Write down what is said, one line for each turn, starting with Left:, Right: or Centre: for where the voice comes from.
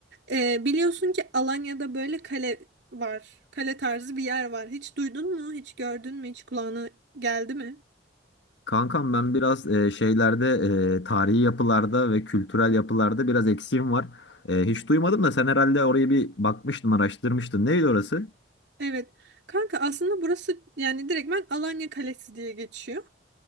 Right: e, biliyorsun ki Alanya'da böyle kale var. Kale tarzı bir yer var. Hiç duydun mu? Hiç gördün mü? Hiç kulağına geldi mi?
Left: Kankam ben biraz e, şeylerde e, tarihi yapılarda ve kültürel yapılarda biraz eksiğim var. E, hiç duymadım da sen herhalde orayı bir bakmıştın, araştırmıştın. Neydi orası?
Right: Evet. Kanka aslında burası yani direktmen Alanya Kalesi diye geçiyor.